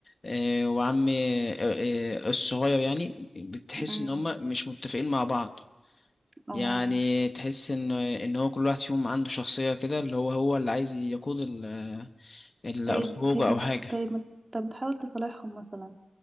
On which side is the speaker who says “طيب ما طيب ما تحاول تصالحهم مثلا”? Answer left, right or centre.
Right